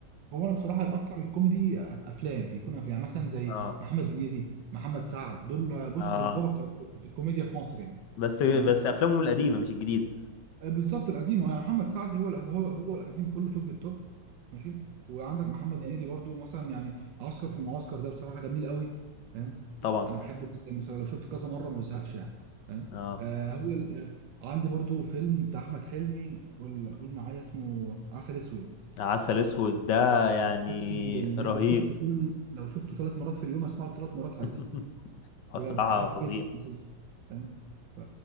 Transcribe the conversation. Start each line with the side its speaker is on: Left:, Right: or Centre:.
Right: هو انا بصراحه الاكتر الكوميدي افلام بيكون افلام يعني مثلا زي
Left: اه
Right: محمد هنيدي محمد سعد دول بص
Left: اه
Right: البابا بتاع الكوميديا في مصر يعني
Left: بس بس
Right: فاهم
Left: افلامهم القديمه مش الجديده
Right: آه، بالظبط القديم يعني محمد سعد هو هو هو القديم كله توب التوب ماشي وعندك محمد هنيدي برضو مثلا يعني عسكر في المعسكر ده بصراحه جميل قوي فاهم
Left: طبعا
Right: انا بحبه جدا بصراحه لو شفته كذا مره ما بزهقش يعني فاهم
Left: اه
Right: آه هو ال- آه، عندي برضو فيلم بتاع احمد حلمي قول قول معايا اسمه عسل اسود
Left: عسل اسود ده يعني
Right: اقسم بالله
Left: رهيب
Right: لو شفته كل لو شفته ثلاث مرات في اليوم اسمعه ثلاث مرات عادي
Left: <laughs>
Right: بجد
Left: بصراحه
Right: بحب
Left: فظيع
Right: جدا المسلسل ده. فاهم ف...